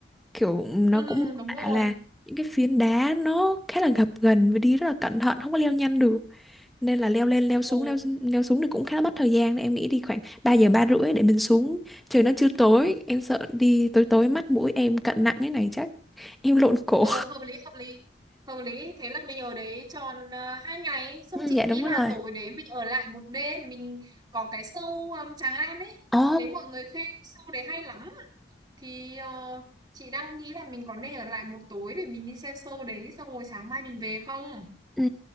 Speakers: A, in the centre; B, on the right.
A: Kiểu nó
B: ừ
A: cũng mô
B: đúng
A: tả
B: rồi,
A: là những cái phiến đá nó khá là gập ghềnh và đi rất là cẩn thận không có leo nhanh được. Nên là leo lên leo xuống
B: ừ,
A: leo leo xuống thì cũng khá là mất thời gian nên em nghĩ đi khoảng 3 giờ ba rưỡi để mình xuống trời nó chưa tối em sợ đi tối tối mắt mũi em cận nặng thế này chắc Heo lộn cổ.
B: được, hợp lý, hợp lý, hợp lý, thế là mình ở đấy tròn à, hai ngày, xong
A: Ừ,
B: chị
A: dạ
B: nghĩ
A: đúng
B: là
A: rồi.
B: tối đấy mình ở lại một đêm, mình có cái show um, Tràng An ấy,
A: Ồ,
B: thấy mọi người khen show đấy hay lắm. thì ờ, chị đang nghĩ là mình có nên ở lại một tối để mình đi xem show đấy xong rồi sáng mai mình về không
A: ừ,